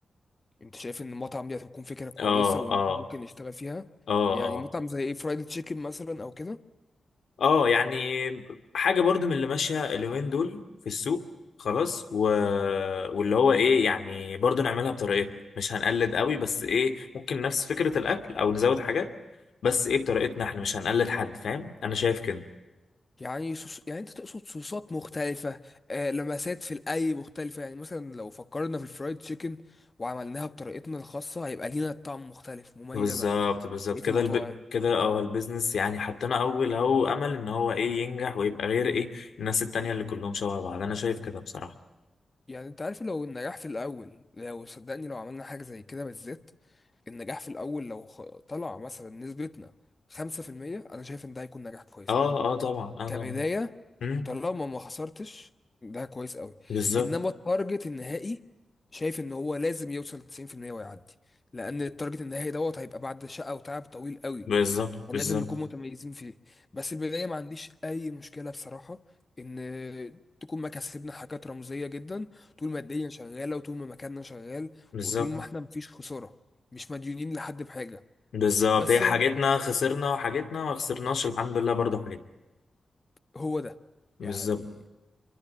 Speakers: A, on the left; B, on the left.
A: أنت شايف إن المطعم دي هتكون فكرة كويسة
B: اه
A: وإن
B: اه
A: إحنا ممكن نشتغل فيها
B: اه آه.
A: يعني مطعم زي إيه فرايد تشيكن مثلا أو كده
B: اه يعني حاجة برضو من اللي ماشية اليومين دول في السوق خلاص و... واللي هو ايه يعني برضو نعملها بطريقتنا مش هنقلد قوي بس ايه ممكن نفس فكرة الاكل او نزود حاجات بس ايه بطريقتنا احنا مش هنقلد حد فاهم انا شايف كده
A: يعني صوص يعني أنت تقصد صوصات مختلفة آه لمسات في الأي مختلفة يعني مثلا لو فكرنا في الفرايد تشيكن وعملناها بطريقتنا الخاصة هيبقى لينا طعم مختلف مميز
B: بالظبط
A: عن
B: بالظبط
A: بقية
B: كده
A: المطاعم
B: الب... كده اه البيزنس يعني حطينا اول اهو امل ان هو ايه ينجح ويبقى غير ايه الناس التانية اللي كلهم شبه بعض انا شايف كده بصراحة
A: يعني انت عارف لو النجاح في الاول لو صدقني لو عملنا حاجة زي كده بالذات النجاح في الاول لو خ- طلع مثلا نسبتنا 5% انا شايف ان ده هيكون نجاح كويس
B: اه
A: قوي
B: اه طبعا اه
A: كبداية
B: طبعا مم،
A: طالما ما خسرتش ده كويس قوي
B: بالظبط
A: انما التارجت النهائي شايف ان هو لازم يوصل 90% ويعدي لان التارجت النهائي دوت هيبقى بعد شقة وتعب طويل قوي
B: بالظبط بالظبط
A: لازم نكون متميزين فيه بس البداية ما عنديش أي مشكلة بصراحة إن تكون مكاسبنا حاجات رمزية جدا طول ما الدنيا شغالة وطول ما مكاننا شغال
B: بالظبط
A: وطول ما إحنا مفيش خسارة مش مديونين لحد بحاجة
B: بالظبط
A: بس
B: هي حاجتنا خسرنا وحاجتنا ما خسرناش الحمد لله برضو حاجتنا
A: هو ده
B: بالظبط
A: يعني